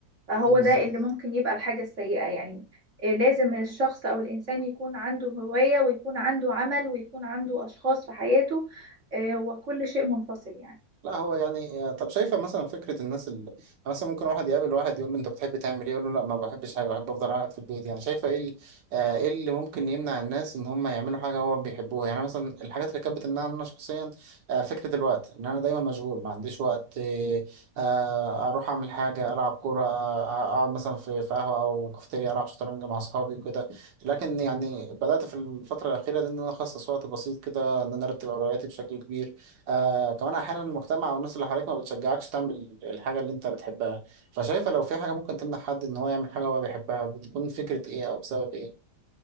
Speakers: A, on the right; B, on the right.
A: فهو
B: بالظبط
A: ده اللي ممكن يبقى الحاجة السيئة يعني آه، لازم الشخص او الانسان يكون عنده هواية ويكون عنده عمل ويكون عنده اشخاص في حياته آه، وكل شيء منفصل يعني
B: لا هو يعني آه، طب شايفه مثلا فكره الناس اللي مثلا ممكن واحد يقابل واحد يقول له انت بتحب تعمل ايه يقول له لا ما بحبش حاجه بحب افضل قاعد في البيت يعني شايفه ايه ال- آه، ايه اللي ممكن يمنع الناس ان هم يعملوا حاجه هو بيحبوها يعني مثلا الحاجات اللي كانت بتمنعني انا شخصيا آه، فكره الوقت ان انا دايما مشغول ما عنديش وقت آه، آه، اروح اعمل حاجه العب كوره آه، آه، اقعد مثلا في في قهوه او كافيتيريا العب شطرنج مع اصحابي وكده لكن يعني بدات في الفتره الاخيره دي ان انا اخصص وقت بسيط كده ان انا ارتب اولوياتي بشكل كبير آه كمان احيانا المجتمع والناس اللي حواليك ما بتشجعكش تعمل الحاجه اللي انت بتحبها فشايفه لو في حاجه ممكن تمنع حد ان هو يعمل حاجه هو بيحبها بتكون فكره ايه او بسبب ايه